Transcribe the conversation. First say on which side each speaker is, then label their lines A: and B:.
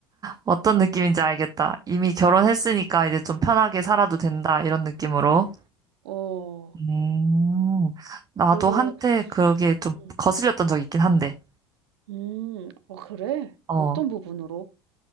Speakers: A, on the right; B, on the right.
A: 어떤 느낌인지 알겠다. 이미 결혼했으니까 이제 좀 편하게 살아도 된다. 이런 느낌으로.
B: 어.
A: 음, 나도
B: 그래서
A: 한때 그게 좀
B: 음.
A: 거슬렸던 적이 있긴 한데,
B: 음. 어 그래?
A: 어,
B: 어떤 부분으로?